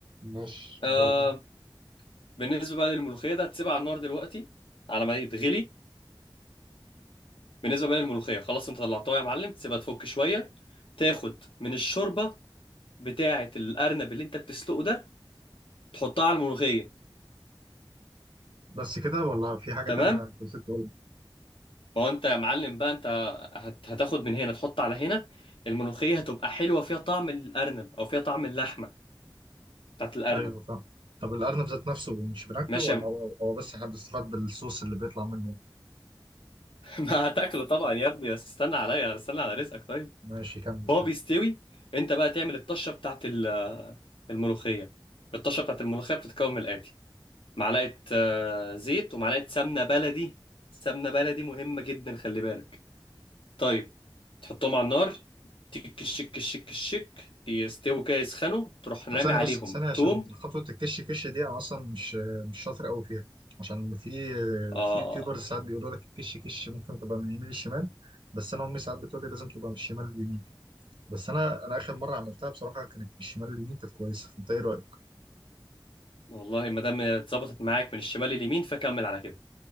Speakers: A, on the right; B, on the left.
A: ماشي
B: آه
A: وبعدين
B: بالنسبة بقى للملوخية ده تسيبها على النار دلوقتي على ما تغلي بالنسبة بقى للملوخية خلاص انت طلعتها يا معلم تسيبها تفك شوية تاخد من الشوربة بتاعة الأرنب اللي انت بتسلقه ده تحطها على الملوخية
A: بس كده ولا في حاجه
B: تمام
A: تانية أنا نسيت تقولها؟
B: ما هو انت يا معلم بقى انت هت- هتاخد من هنا تحط على هنا الملوخية هتبقى حلوة فيها طعم الأرنب أو فيها طعم اللحمة بتاعت الأرنب
A: ايوه فاهم طب الارنب ذات نفسه مش بناكله
B: ماشي
A: ولا
B: يا م-
A: هو هو بس احنا بنستفاد بالصوص اللي بيطلع منه
B: <laughs> ما هتاكله طبعا يا ابني بس استنى عليا استنى على رزقك طيب
A: ماشي كمل
B: هو
A: كمل
B: بيستوي انت بقى تعمل الطشة بتاعت ال- الملوخية الطشة بتاعت الملوخية بتتكون من الآتي معلقة آه، زيت ومعلقة سمنة بلدي سمنة بلدي مهمة جدا خلي بالك طيب تحطهم على النار تك الشك الشك الشك يستووا كده يسخنوا تروح رامي
A: طب ثانيه
B: عليهم
A: بس ثانيه عشان
B: توم
A: خطوه الكش كش دي انا اصلا مش مش شاطر قوي فيها عشان في
B: اه
A: في يوتيوبرز ساعات بيقولوا لك الكش كش ممكن تبقى من اليمين للشمال بس انا امي ساعات بتقول لي لازم تبقى من الشمال لليمين بس انا انا اخر مره عملتها بصراحه كانت من الشمال لليمين كانت كويسه فانت ايه رايك
B: والله ما دام اتظبطت معاك من الشمال لليمين فكمل على كده